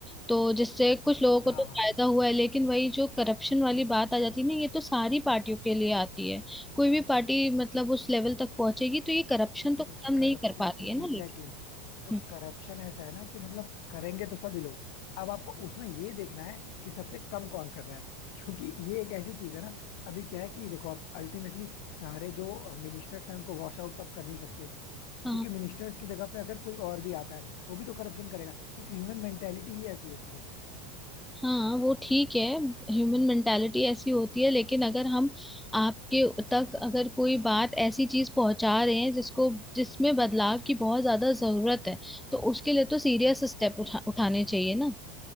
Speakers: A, in the centre; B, on the left.
A: तो जिससे कुछ लोगों को
B: हाँ
A: तो
B: हाँ
A: फायदा हुआ है लेकिन वही जो करप्शन वाली बात आ जाती है ना ये तो सारी पार्टियों के लिए आती है कोई भी पार्टी मतलब उस लेवल तक पहुंचेगी तो ये करप्शन
B: देखो
A: तो खत्म नहीं
B: करप्टेड
A: कर पा रही है ना
B: एग्जैक्टली
A: लेकिन
B: exactly. तो
A: हम्म,
B: करप्शन ऐसा है ना कि मतलब करेंगे तो सभी लोग अब आपको उसमें ये देखना है कि सबसे कम कौन कर रहा है क्योंकि ये एक ऐसी चीज है ना अभी क्या है कि देखो आप अल्टीमेटली सारे जो मिनिस्टर्स हैं उनको वॉश आउट तो आप कर नहीं सकते
A: हाँ
B: क्योंकि मिनिस्टर्स की जगह पे अगर कोई और भी आता है वो भी तो करप्शन करेगा क्योंकि ह्यूमन मेंटेलिटी ही ऐसी होती है
A: हाँ वो ठीक है ह्यूमन मेंटालिटी ऐसी होती है लेकिन अगर हम आपके तक अगर कोई बात ऐसी चीज पहुंचा रहे हैं जिसको जिसमें बदलाव की बहुत ज्यादा जरूरत है तो उसके लिए तो सीरियस स्टेप उठा, उठाने चाहिए ना